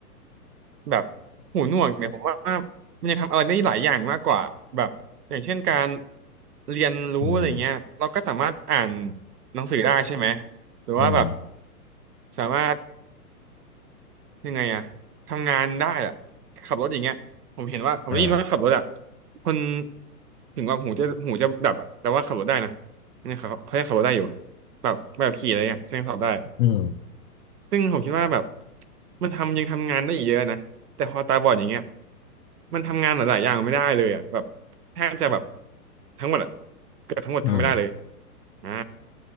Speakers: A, on the right (about 75°); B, on the left (about 50°).
A: แบบหูหนวกเนี่ยผมว่ามันยังทำอะไรได้หลายอย่างมากกว่าแบบอย่างเช่นการเรียนรู้อะไรเงี้ยเราก็สามารถอ่าน
B: อืม
A: หนังสือได้ใช่ไหมหรือว่าแบบ
B: อืม
A: สามารถ ยังไงอะทำงานได้อะขับรถอย่างเงี้ยผมเห็นว่าผมได้ยินว่าขับรถอะ
B: อ่า
A: คนถึงว่าหูจะหูจะดับอะแต่ว่าขับรถได้นะเนี่ยเขาเขายังขับรถได้อยู่แบบแบบขี่อะไรเงี้ยยังสอบได้
B: อืม
A: ซึ่งผมคิดว่าแบบมันทำยังทำงานได้อีกเยอะนะแต่พอตาบอดอย่างเงี้ยมันทำงานหลายๆอย่างไม่ได้เลยอะแบบแทบจะแบบทั้งหมดอะเกือบทั้งหมดทำไม่ได้เลย
B: อืม
A: อ่า